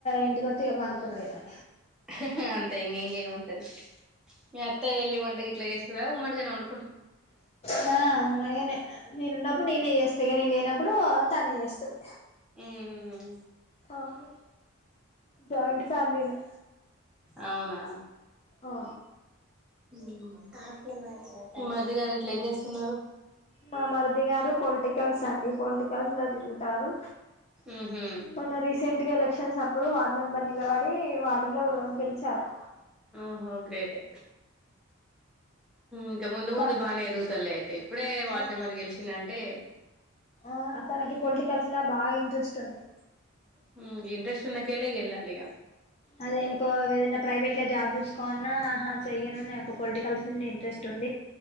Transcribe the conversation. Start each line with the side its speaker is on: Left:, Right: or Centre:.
Left: ఇంటికి వచ్చి ఇగ పండుకున్నడే ఇహి
Centre: ఇహిహే అంతే ఇన్ ఇంగ ఎం ఉంటది మీ అత్త ఎళ్ ఒంట గీట్లా వేసదా మడ్గానే ఉం
Left: మా నేనే నేను ఉన్నప్పుడు నేనే చేస్త ఇగ నేను లేనప్పుడు తనే చేస్తది
Centre: హ్మ్మ్
Left: ఆవు జయింట్ ఫ్యామలీ నే
Centre: అవునా
Left: ఓ
Centre: హ్మ్ మీ మరిది గారు ఇట్ల ఏం చేస్తున్నారు
Left: మా మరదిగారు పొలిటికల్స్ అండి పొలిటికల్స్ లో తి తిరుగుతారు
Centre: ఉహు
Left: మొన్న రిస్క్ ప్రింట్ ఎలక్షన్స్ అప్పుడు వార్డ్ మెంబర్ నిలబడి వార్డ్ లో గెలిచారు
Centre: ఓహో గ్రేటే ఇంకా ముందు ముందు
Left: తన్
Centre: బాగానే ఎదుగుతలే అయితే ఇప్పుడే వార్డు
Left: ఆ
Centre: నెంబర్ గెలిచిండు అంటే
Left: ఆ తనకి పొలిటికల్స్ ల బా ఇంట్రెస్ట్ ఉంది
Centre: హ్మ్ ఇంట్రెస్ట్ ఉన్నకేలే ఇంగ ఎల్లాలిగా
Left: అదే ఇంకో ఏదైన ప్రైవేట్ గా జాబ్ చూసుకోన్నా హా చెయ్యను నాకు పొలిటికల్స్ మీదనే ఇంట్రెస్ట్ ఉంది